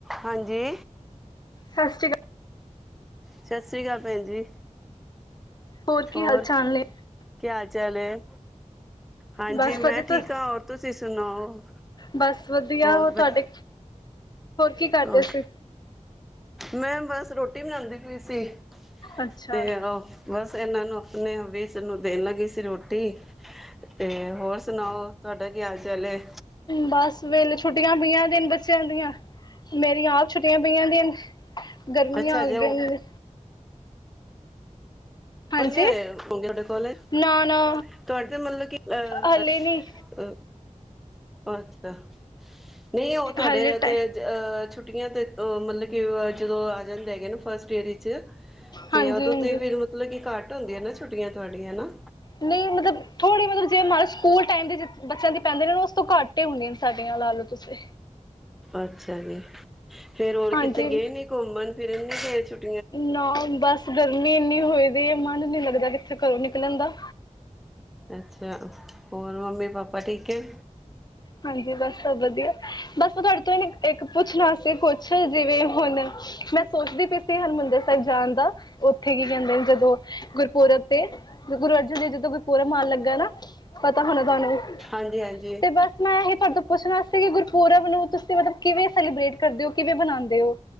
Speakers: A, in the centre; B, on the left.
A: ਹਾਂਜੀ।
B: ਸਸ੍ਰੀ ਕਾਲ।
A: ਸਤਿ ਸ਼੍ਰੀ ਅਕਾਲ ਭੈਣ ਜੀ।
B: ਅਕਾਲ ਕੀ
A: ਹੋਰ
B: ਹਾਲ ਚਾਲ ਨੇ
A: ਕਿਆ ਹਾਲ ਚਾਲ ਐ? ਹਾਂਜੀ
B: ਬਸ ਵਧੀਆ
A: ਮੈਂ ਠੀਕ
B: ਤੁ
A: ਆ, ਹੋਰ ਤੁਸੀਂ ਸੁਣਾਓ?
B: ਬਸ ਵਧੀਆ
A: ਹੋਰ
B: ਹੋ ਤੁਹਾਡੇ
A: ਬੱ
B: ਕੀ ਕਰਦੇ
A: ਹੋਰ
B: ਸੀ
A: ਮੈਂ ਬਸ ਰੋਟੀ ਬਣਾਦੀ ਪਈ ਸੀ।
B: ਅੱਛਾ
A: ਤੇ ਉਹ ਬਸ ਇਹਨਾਂ ਨੂੰ ਆਪਣੇ ਵੀ ਅਵੀਸ ਨੂੰ ਦੇਣ ਲੱਗੀ ਸੀ ਰੋਟੀ। ਤੇ ਹੋਰ ਸੁਣਾਓ ਤੁਹਾਡਾ ਕੀ ਹਾਲ-ਚਾਲ ਏ?
B: ਬਸ ਵੇਲੇ ਛੁੱਟੀਆਂ ਪਈਆਂ ਤਿੰਨ ਬੱਚਿਆਂ ਦੀਆਂ ਮੇਰੀਆਂ ਆਪ ਛੁੱਟੀਆਂ ਪਈਆਂ ਦੇਨ ਗਰਮੀਆਂ
A: ਅੱਛਾ
B: ਆ
A: ਜੇ
B: ਗਈਆਂ
A: ਉਹ
B: ਨੇ। ਹਾਂਜੀ
A: ਬਨੇ ਹੋਏ ਆ <unintelligible> ਥੋਡੇ ਕੋਲੇਜ।
B: ਨਾ ਨਾ।
A: ਤੁਹਾਡੇ ਮਤਲਬ ਕਿ ਅਹ
B: ਹਾਲੇ
A: ਅ
B: ਨੀ
A: ਅੱਛਾ ਨਹੀਂ ਉਹ ਤੁਹਾਡੇ
B: ਹਾਲੇ ਟ
A: ਤੇ ਅਹ ਛੁੱਟੀਆਂ ਤੇ ਓ ਮਤਲਬ ਕਿ ਆ ਜਦੋਂ ਆ ਜਾਂਦੇ ਹੈਗੇ ਨਾ ਫਸਟ ਡੇਅ ਵਿੱਚ ਤੇ
B: ਹਾਂਜੀ
A: ਉਦੋਂ
B: ਹਾਂਜੀ
A: ਤੇ ਫੇਰ ਮਤਲਬ ਕਿ ਘੱਟ ਹੁੰਦੀਆ ਨਾ ਛੁੱਟੀਆਂ ਤੁਹਾਡੀਆਂ ਨਾ।
B: ਨਹੀਂ ਮਤਲਬ ਥੋੜੀ ਮਤਲਬ ਜੇ ਮਲ ਸਕੂਲ ਟਾਈਮ ਦੇ ਜੇ ਬੱਚਿਆਂ ਦੇ ਪੈਂਦੇ ਨੇ ਉਸ ਤੋਂ ਘੱਟ ਹੀ ਹੁੰਦੀਆ ਸਾਡੀਆਂ ਲਾ ਲ‌ਓ ਤੁਸੀਂ।
A: ਅੱਛਾ ਜੀ ਫੇਰ ਹੋਰ
B: ਹਾਂਜੀ
A: ਕਿੱਥੇ ਗਏ ਨੀ ਘੁੰਮਣ ਫਿਰ ਗਏ ਛੁਟ
B: ਨਾ ਬਸ ਗਰਮੀ ਇੰਨੀ ਹੋਈ ਪ‌ਈ ਏ ਮਨ ਨੀ ਲੱਗਦਾ ਕਿਤੇ ਘਰੋਂ ਨਿਕਲਣ ਦਾ।
A: ਅੱਛਾ, ਹੋਰ ਮੰਮੀ-ਪਾਪਾ ਠੀਕ ਐ?
B: ਹਾਂਜੀ ਬਸ ਸਭ ਵਧੀਆ, ਬਸ ਮੈਂ ਤੁਹਾਡੇ ਤੋਂ ਇਹਨ ਇੱਕ ਪੁੱਛਣਾ ਸੀ ਕੁਛ ਜਿਵੇਂ ਹੁਣ ਮੈਂ ਸੋਚਦੀ ਪਈ ਸੀ ਹਰਿਮੰਦਰ ਸਾਹਿਬ ਜਾਣ ਦਾ ਉੱਥੇ ਕੀ ਕਹਿੰਦੇ ਨੇ ਜਦੋਂ ਗੁਰਪੂਰਬ ਤੇ ਗੁਰੂ ਅਰਜਨ ਦੇਵ ਜੀ ਜਦੋਂ ਗੁਰਪੂਰਬ ਆਣ ਲੱਗਾ ਨਾ ਪਤਾ ਹੋਣਾ ਤੁਹਾਨੂੰ?
A: ਹਾਂਜੀ-ਹਾਂਜੀ।
B: ਤੇ ਬਸ ਮੈਂ ਇਹੀ ਤੁਹਾਡੇ ਤੋਂ ਪੁੱਛਣਾ ਸੀ ਕਿ ਗੁਰਪੂਰਬ ਨੂੰ ਤੁਸੀਂ ਮਤਲਬ ਕਿਵੇਂ ਸੈਲੀਬ੍ਰੇਟ ਕਰਦੇ ਓ ਕਿਵੇਂ ਬਨਾਉਂਦੇ ਓ?